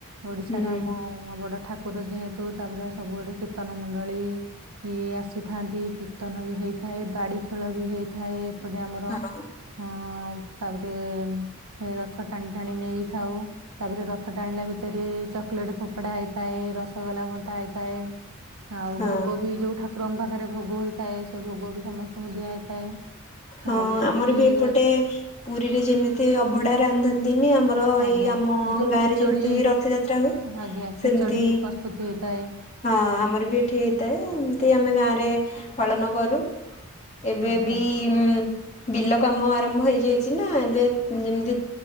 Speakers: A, on the right; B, on the left.
A: ଓଡିଶାର
B: ହୁଁ।
A: ଆମ ବଡ ଠାକ କୁର ଯେହେତୁ, ତାପରେ ସବୁ ଆଡୁ କୀର୍ତ୍ତନ ମଣ୍ଡଳୀ ଇ ଆସିଥାନ୍ତି, କୀର୍ତ୍ତନ ବି ହେଇଥା ଥାଏ, ବାଡି ଖେଳ ବି ହେଇଥାଏ। ଏପଟେ ଆମର
B: ହଁ
A: ହଁ ତାପରେ ରଥ ଟାଣି ଟାଣି ନେଇଥାଉ, ତାପରେ ରଥ ଟାଣିଲା ବି ଭିତରେ ଚକୋଲେଟ ଫୋପୋଡା ହେଇଥାଏ। ରସଗୋଲା ବଣ୍ଟା ହେଇଥାଏ। ଆଉ
B: ହଁ
A: ଭୋଗ ବି ଯୋଉ ଠାକୁରଙ୍କ ପାଖରେ ଭୋଗ ହେଇଥାଏ ସେ ଭୋଗ ବି ସମସ୍ତଙ୍କୁ ଦିଆ ହୋଇଥାଏ।
B: ହଁ
A: ଆଉ ଏମିତି
B: ଆମର ବି ଏପଟେ
A: ଏଗୁଡ଼ା
B: ପୁରୀରେ ଯେମିତି ଅଭଢା ରାନ୍ଧ ନ୍ତିନି, ଆମର ଏଇ
A: ଆଜ୍ଞା
B: ଆମ
A: ଏଇ ଯୋଉ
B: ଗାଁରେ
A: ଖେଚଡି
B: ଯେମିତି ରଥଯାତ୍ରା ହୁଏ।
A: ଆଜ୍ଞା ଖେଚଡି
B: ସେମତି
A: ବି ପ୍ରସ୍ତୁତି ହେଇଥାଏ
B: ହଁ ଆମର ବି ଏଠି ହେଇଥାଏ। ଏମତି ଆମେ ଗାଁରେ ପାଳନ କରୁ। ଏବେ
A: ଆଜ୍ଞା
B: ବି ଉଁ ବିଲ କାମ ଆରମ୍ଭ ହେଇଯାଇଛି ନା, ଏବେ ଯେମିତି